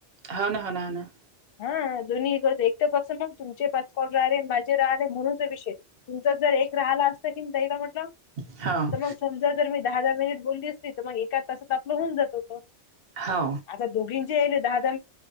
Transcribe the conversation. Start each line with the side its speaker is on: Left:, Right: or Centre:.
Right: हो ना हो ना हो ना
Left: हा दोन्ही करत एक तर कस मग तुमचे पाच कॉलर माझ राह म्हणून विषय तुमच जर एक राहाला असत की दैवा म्हटलं
Right: हां
Left: तर मग समजा जर मी दहा दहा मिनिट बोलली असती तर मग एका तासात आपलं होऊन जात होतो
Right: हो
Left: आता दोघींचेयले दहा दहा